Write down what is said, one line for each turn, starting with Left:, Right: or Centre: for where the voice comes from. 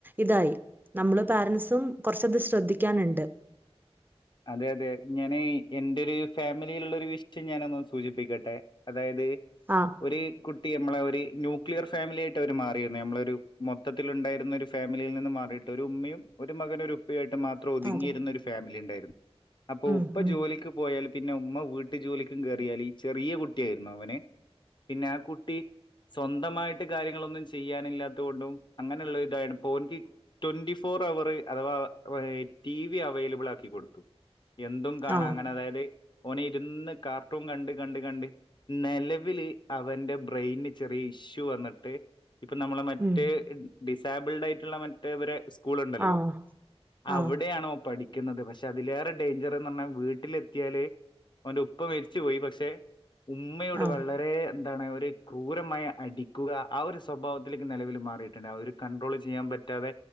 Right: ഇതായി നമ്മള് പോരൻസും കൊറച്ചത് ശ്രദ്ധിക്കാനുണ്ട്
Left: അതെ അതെ ഞാനേ എൻ്റൊര് ഫാമിലിയിലുള്ള ഒരു വിഷയം ഞാനൊന്ന് സൂചിപിക്കട്ടെ അതായത്
Right: ആഹ്
Left: ഒരു കുട്ടി യമ്മളെ ഒരു ന്യൂക്ലിയർ ഫാമിലി ആയിട്ട് അവർ മാറിയിരുന്നു നമ്മളൊരു മൊത്തത്തിലുണ്ടായിരുന്നൊരു ഫാമിലിയിൽ നിന്ന് മാറിയിട്ടൊരു ഉമ്മയും ഒരു മകനും ഒരു ഉപ്പയും ആയിട്ട് ഉപ്പയായിട്ട് മാത്രം ഒതുങ്ങിയിരുന്നൊരു
Right: അതെ
Left: ഫാമിലി ഇണ്ടായിരുന്നു അപ്പൊ
Right: ഉം
Left: ഉപ്പ
Right: ഉം
Left: ജോലിക്ക് പോയാലും പിന്നെ ഉമ്മ വീട്ട് ജോലിക്കും കേറിയാല് ഈ ചെറിയ കു ട്ടിയായിരുന്നു അവന് പിന്നെ ആ കുട്ടി സ്വന്തമായിട്ട് കാര്യങ്ങളൊന്നും ചെയ്യാനില്ലാ ത്തോണ്ടും അങ്ങനെയുള്ള ഇതായണ്ട് ഇപ്പ ഓൻക്ക് twenty four hour അധവാ <unintelligible> T V available ആകി കൊടുത്തു എന്തും കാണാ
Right: ആ
Left: അങ്ങനെ അതായത് ഓന് ഇരുന്ന് കാർട്ടൂൺ കണ്ട് കണ്ട് കണ്ട് നെലവില് അവന്റെ ബ്രെയിന് ചെറിയ ഇഷ്യൂ വന്നിട്ട് ഇപ്പ നമ്മള് മറ്റേ
Right: ഉം
Left: ഡിസബിൾഡ് ആയിട്ടുള്ള മ റ്റേ ഇവരെ സ്കൂൾ ഉണ്ടല്ലോ
Right: ആ ആഹ്
Left: അവിടെയാണ് ഓൻ പഠിക്കുന്നത് പക്ഷെ അതില് ഡേൻജർ എന്ന് പറഞ്ഞാ വീട്ടിലെത്തിയാല് അവന്റെ ഉപ്പ മരിച്ചു പോയി പക്ഷെ ഉമ്മയോട്
Right: ആഹ്
Left: വളരെ എന്താണ് ഓര് ക്രൂരമായി അടിക്കുക ആ ഒരു സ് സ്വഭാവത്തിലേക്ക് നിലവിൽ മാറിയിട്ടുണ്ട് അവര് കൺട്രോൾ ചെയ്യാൻ പറ്റാതെ